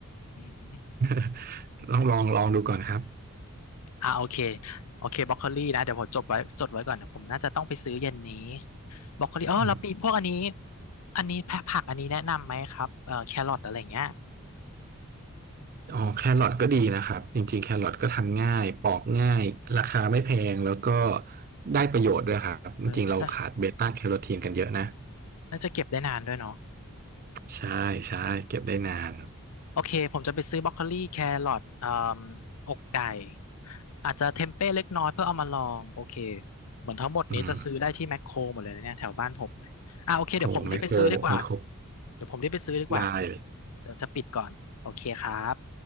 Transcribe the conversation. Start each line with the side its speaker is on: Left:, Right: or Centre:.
Left: อืม
Right: <laughs> ลองลองลองดูก่อนครับ
Left: อ่าโอเคโอเคบรอกโคลีนะเดี๋ยวผมจดไว้จดไว้ก่อนผมน่าจะต้องไปซื้อเย็นนี้บรอกโคลีอ๋อแล้วปีพวกอันนี้
Right: อืม
Left: อันนี้แพะผักอันนี้แนะนำไหมครับเอ่อแครอทอะไรอย่างเงี้ย
Right: อ๋อแครอทก็ดีนะครับจริงๆแครอทก็ทำง่ายปอกง่ายราคาไม่แพงแล้วก็ได้ประโยชน์ด้วยครับจริงๆเราขาดเบต้าแคโรทีนกันเยอะนะ
Left: เออนะน่าน่าจะเก็บได้นานด้วยเนาะ
Right: ใช่ใช่เก็บได้นาน
Left: โอเคผมจะไปซื้อบรอกโคลีแครอทเอ่ออกไก่อาจจะเทมเป้เล็กน้อยเพื่อเอามาลองโอเคเหมือนทั้งหมดนี้จะซื้อได้ที่แมคโครหมดเลยนะเนี่ยแถวบ้านผม
Right: อืม
Left: อ่าโอเคเดี๋ยวผมรีบไปซื้อดีกว่า
Right: โหแมคโครมีครบ
Left: เดี๋ยวผมรีบไปซื้อดีกว่า
Right: ได้เลย
Left: เดี๋ยวจะปิดก่อนโอเคครับ